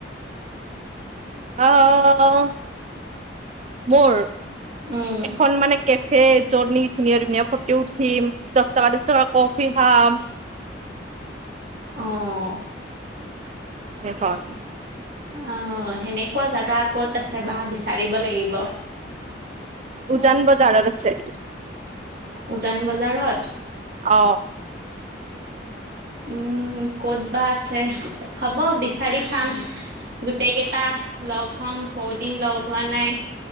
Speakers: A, on the right (about 35°); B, on the right (about 55°).
A: আ আ আ মোৰ,
B: উম
A: খন মানে কেফে জত নেকি ধুনীয়া ধুনীয়া ফটো উঠিম দছ টকা দছ টকা কফি খাম।
B: অ
A: <unintelligible>
B: অ সেনেকুৱা জাগা ক'ত আছে বা বিচাৰিব লাগিব।
A: উজান বজাৰত আছে।
B: উজান বজাৰত।
A: অ
B: উম, ক'ত বা আছে হ'ব বিচাৰি চাম। গোটেই কেইটা লগ হম, বহুত দিন লগ হোৱা নাই।